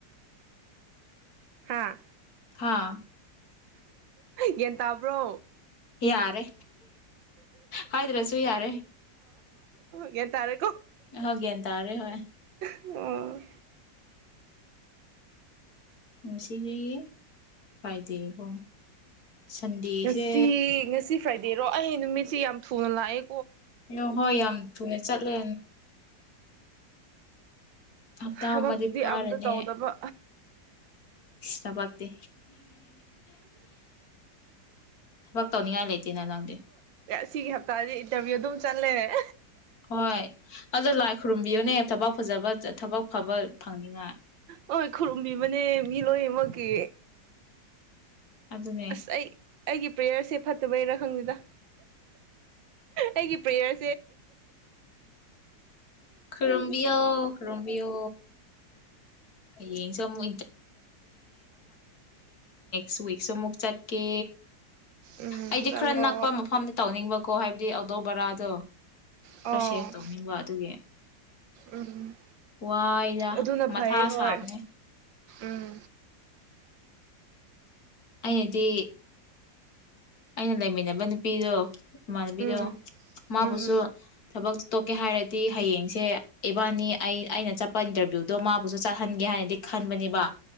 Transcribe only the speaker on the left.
ꯑꯥ
ꯌꯥꯔꯦ ꯍꯥꯏꯗ꯭ꯔꯁꯨ ꯌꯥꯔꯦ
ꯍꯣꯏ ꯒ꯭ꯌꯥꯟ ꯇꯥꯔꯦ ꯍꯣꯏ
ꯉꯁꯤꯗꯤ ꯐ꯭ꯔꯥꯏꯗꯦꯀꯣ ꯁꯟꯗꯦꯁꯦ
ꯑꯣ ꯍꯣꯏ ꯌꯥꯝ ꯊꯨꯑꯦ ꯆꯠꯂꯦ ꯍꯞꯇꯥ
ꯑꯃꯗꯤ ꯐꯥꯔꯅꯤ
ꯊꯕꯛꯇꯤ ꯊꯕꯛ ꯇꯧꯅꯤꯡꯉꯥꯏ ꯂꯩꯇꯦꯅ ꯅꯪꯗꯤ
ꯍꯣꯏ ꯑꯗꯨꯗ ꯂꯥꯏ ꯈꯨꯔꯝꯕꯤꯌꯣꯅꯦ꯫ ꯊꯕꯥꯛ ꯐꯖꯕ꯫ ꯊꯕꯛ ꯐꯕ ꯐꯪꯅꯤꯉꯥꯏ꯫
ꯑꯗꯨꯅꯦ꯫
ꯈꯨꯔꯨꯝꯕꯤꯌꯣ ꯈꯨꯔꯨꯝꯕꯤꯌꯣ ꯍꯌꯦꯡꯁꯨ ꯑꯃꯨꯛ꯫ ꯁꯨꯏꯁꯨꯣ ꯃꯨꯛ ꯆꯠꯀꯦ꯫
ꯑꯩꯗꯤ
ꯈꯔ ꯅꯛꯄ ꯃꯐꯝꯗ ꯇꯧꯅꯤꯡꯕꯀꯣ ꯍꯥꯏꯕꯗꯤ ꯑꯗꯧ ꯕꯔꯥꯗꯣ꯫
ꯈꯔ ꯁꯦꯐ ꯇꯧꯅꯤꯡꯕ ꯑꯗꯨꯒꯤ
ꯋꯥꯏꯗ
ꯃꯊꯥ
ꯁꯥꯕꯅꯦ꯫
ꯑꯩꯅꯗꯤ꯫ ꯑꯩꯅ ꯂꯩꯃꯤꯟꯅꯕ ꯅꯨꯄꯤꯗꯣ꯫ ꯏꯃꯥꯟꯅꯕꯤꯗꯣ
ꯃꯥꯕꯨꯁꯨ
ꯊꯕꯛ꯫ ꯇꯣꯛꯀꯦ ꯍꯥꯏꯔꯗꯤ ꯍꯌꯦꯡꯁꯦ ꯏꯕꯥꯅꯤ ꯑꯩ ꯑꯩꯅ ꯆꯠꯄ ꯏꯟꯇꯔꯚ꯭ꯌꯨꯗꯣ ꯃꯥꯕꯨꯁꯨ ꯆꯠꯍꯟꯒꯦ ꯍꯥꯏꯅꯗꯤ ꯈꯟꯕꯅꯦꯕ